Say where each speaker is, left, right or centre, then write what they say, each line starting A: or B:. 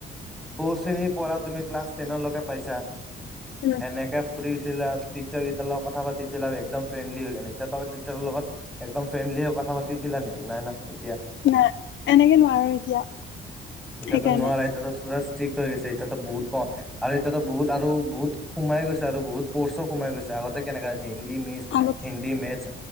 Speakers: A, in the centre; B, on the left (about 70°).
A: কোৰু শ্ৰেণীৰ পঢ়া তুমি ক্লাছ টেনৰলৈকে পাইছা' সেনেকে
B: উম
A: ফুৰিছিলা টিচাৰ কেইটাৰ লগত কথা পাতিপেলাই আৰু একদম ফ্ৰণ্ডলি হৈ এতিয়া তো টিচাৰৰ লগত একদম ফ্ৰেণ্ডলি হৈ কথা পাতিছিলা নেকি নাই না এতিয়া।
B: নাই এনেকে নোৱাৰো এতিয়া।
A: এতিয়াতো
B: সেইকাৰণে
A: নোৱাৰাই এতিয়াতো চুৰা ষ্ট্ৰিক হৈ গৈছে এতিয়াতো বহুত কম। আৰু এতিয়াতো বহুত আৰু বহুত সোমাই গৈছে আৰু বহুত কোৰ্চো সোমাই গৈছে। আগতে কেনেকা হিন্দী মিচ
B: আগত
A: হিন্দী, মেতছ,